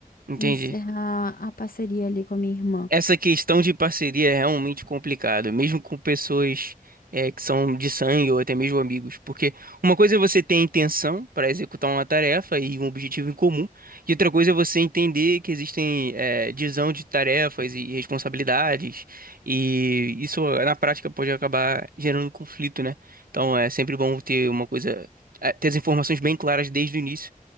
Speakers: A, on the right; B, on the left.
A: entendi.
B: encerrar a parceria ali com a minha irmã.
A: Essa questão de parceria é realmente complicada, mesmo com pessoas é, que são de sangue ou até mesmo amigos, porque uma coisa é você ter a intenção para executar uma tarefa e um objetivo em comum, e outra coisa é você entender que existem é, divisão de tarefas e responsabilidades, e isso na prática pode acabar gerando um conflito, né? Então é sempre bom ter uma coisa, é, ter as informações bem claras desde o início